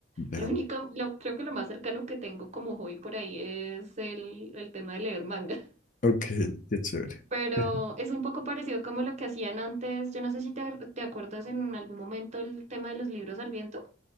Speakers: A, on the left; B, on the right.
A: Ya.
B: Lo único, lo, creo que lo más cercano que tengo como hobby por ahí es el, el tema de leer manga. <laughs>
A: ok, qué chévere.
B: Pero
A: <laughs>
B: es un poco parecido como lo que hacían antes. Yo no sé si te, te acuerdas en algún momento el tema de los libros al viento.